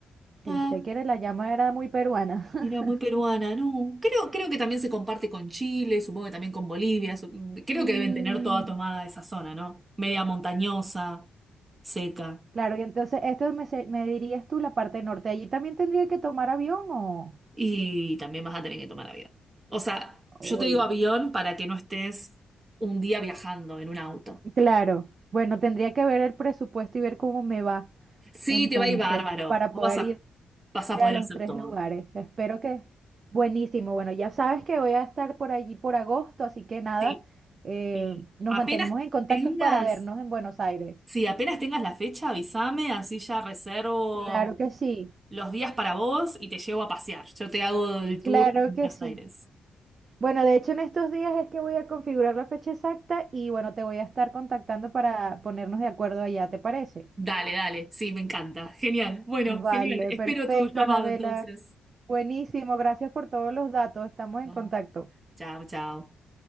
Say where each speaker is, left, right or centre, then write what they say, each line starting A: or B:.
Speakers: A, on the right; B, on the right.
A: Pensé
B: Ah,
A: que era, la llama era muy peruana. <laughs>
B: Era muy peruana, no. Creo, creo que también se comparte con Chile, supongo que también con Bolivia. su- Creo
A: Mm,
B: que deben tener toda tomada esa zona, ¿no? Media montañosa, seca.
A: claro, y entonces esto me, se- me dirías tú la parte norte. Allí también tendría que tomar avión o...
B: Y también vas a tener que tomar avión. O sea,
A: Ay.
B: yo te digo avión para que no estés un día viajando en un auto.
A: Claro. Bueno, tendría que ver el presupuesto y ver cómo me va
B: Sí,
A: entonces
B: te va a ir bárbaro.
A: para
B: Vos
A: poder
B: vas a,
A: ir.
B: vas a
A: a
B: poder
A: los
B: hacer
A: tres
B: todo.
A: lugares. Espero que... Buenísimo. Bueno, ya sabes que voy a estar por allí por agosto, así que nada,
B: Sí.
A: eh,
B: Y
A: nos
B: apenas
A: mantenemos en contacto
B: tengas,
A: para vernos en Buenos Aires.
B: sí, apenas tengas la fecha, avísame, así ya reservo
A: Claro que sí,
B: los días para vos y te llevo a pasear. Yo te hago el
A: claro
B: tour en Buenos
A: que sí.
B: Aires.
A: Bueno, de hecho en estos días es que voy a configurar la fecha exacta y bueno, te voy a estar contactando para ponernos de acuerdo allá, ¿te parece?
B: Dale, dale, sí, me encanta. Genial. Bueno,
A: Vale,
B: genial. Espero
A: perfecto,
B: tu llamado
A: Anabela.
B: entonces.
A: Buenísimo, gracias por todos los datos. Estamos en
B: No,
A: contacto.
B: chao, chao.